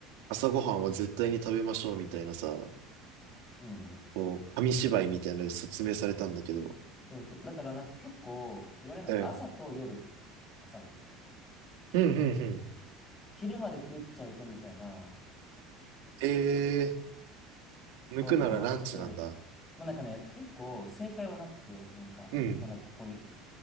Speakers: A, on the right; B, on the left.
A: 朝ごはんは絶対に食べましょうみたいなさ、
B: うん、うん、
A: こう、紙芝居みたいなので説明されたんだけど。
B: そうそう。だからなんか結構言われるのが朝と夜
A: うん。
B: 挟むみたいな。
A: うん、うん、うん。
B: 昼まで食っちゃうとみたいな
A: え
B: ところとかもあって、
A: ー抜くならランチなんだ。
B: まあなんかね、結構正解はなくて、なんかまだここに、
A: うん。